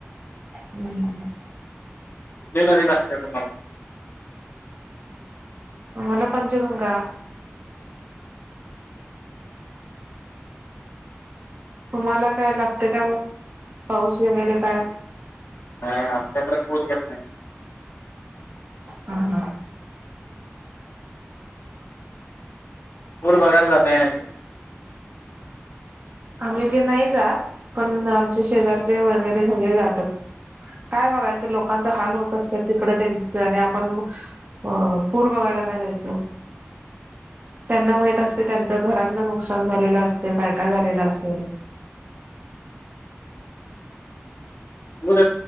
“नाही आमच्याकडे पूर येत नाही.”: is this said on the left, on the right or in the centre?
Left